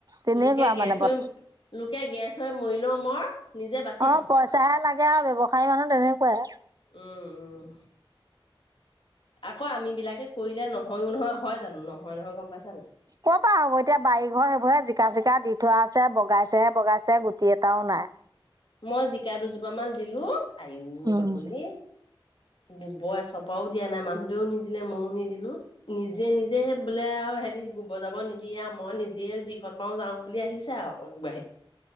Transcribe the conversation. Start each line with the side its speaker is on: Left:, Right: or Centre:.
Right: তেনে
Left: লোকে
Right: কোৱা
Left: গেছ
Right: মানে বৰ
Left: হৈ লোকে গেছ হৈ মৰি লও মৰ নিজে বাচি
Right: অ
Left: থাকো
Right: পইচাহে লাগে আৰু ব্যৱসায়ী মানুহ তেনেকুৱাই
Left: উম উম আকৌ আম বিলাকে কৰিলে নহয়ো নহয় হয় জানো নহয় নহয় গম পাইছান
Right: ক পৰা হ'ব এতিয়া বাৰীঘৰ সেইবোৰৰেে জিকা চিকা দি থোৱা আছে বগাইছেহে বগাইছে গুটি এটাও নাই
Left: মই জিকা দুজোপা মান দিলো আয়ু
Right: উম।
Left: বাকলি গোবৰ চৰপাও দিয়া নাই মানুহতেও নিদিলে ময়ো নিদিলো নিজে নিজে বোলে আৰু হেৰিো বজাব নিদিয়ে মই নিজে জিকত পাৰ যাওঁ বুলি আহিছে আৰু অ বাহত